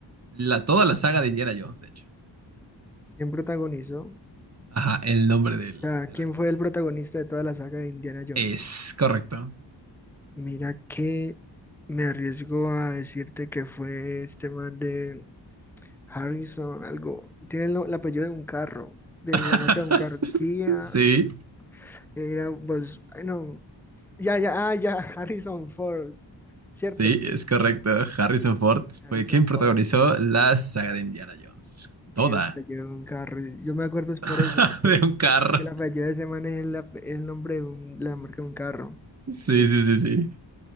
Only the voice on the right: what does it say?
la, toda la saga de Indiana Jones, de hecho?
Ajá, el nombre del,
del
actor.
Es correcto.
<laughs>
Sí,
sí, es correcto. Harrison Ford
fue quien
protagonizó la saga de Indiana Jones. Toda.
<laughs>
De un carro.
Sí,
sí, sí, sí.